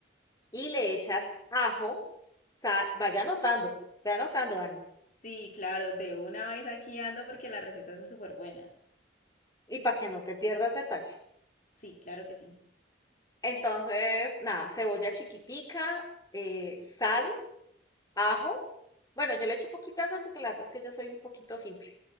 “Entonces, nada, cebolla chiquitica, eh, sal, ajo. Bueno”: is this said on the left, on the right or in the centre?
Left